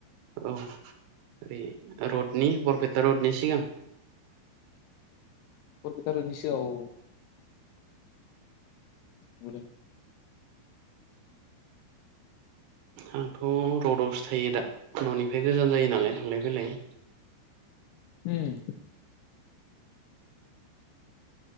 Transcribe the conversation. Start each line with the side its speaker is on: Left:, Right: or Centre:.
Right: औ ओरै रडनि बरपेटा रडनि सिगां।
Left: बरफेथा रदनि सिगां औ। नुदों।
Right: आंथ' रडआवसो थायो दा न'निफ्राय गोजान जायो नालाय थांलाय फैलाय।
Left: होम।